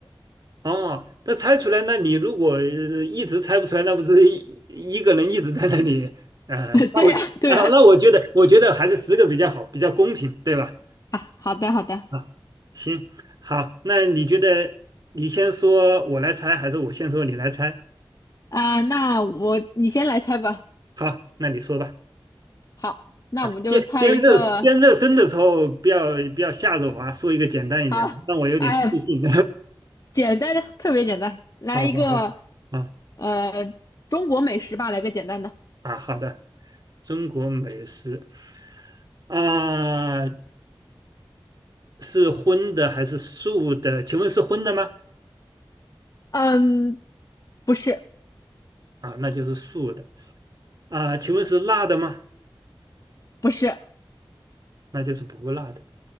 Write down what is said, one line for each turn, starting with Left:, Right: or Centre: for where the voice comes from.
Right: 哦，那猜出来，那你如果呃一直猜不出来，那不是一一个人一直在那里，呃，
Left: <laughs>
Right: 那我啊，
Left: 对呀对呀
Right: 那我觉得，我觉得还是十个比较好，比较公平，对吧？
Left: 啊，好的好的
Right: 啊，行，好，那你觉得你先说我来猜，还是我先说你来猜？
Left: 啊，那我你先来猜吧。
Right: 好，那你说吧。
Left: 好，那我们就猜一个，
Right: 啊，先先热先热身的时候，不要不要吓着我啊，说一个简单一点的，
Left: 好，
Right: 让我有点自信。
Left: 哎，简单的，特别简单，
Right: <laughs>
Left: 来一个，
Right: 好好好，啊
Left: 呃，中国美食吧，来个简单的。
Right: 啊，好的。中国美食啊，是荤的还是素的？请问是荤的吗？
Left: 嗯，不是，
Right: 啊，那就是素的。啊，请问是辣的吗？
Left: 不是，
Right: 那就是不辣的。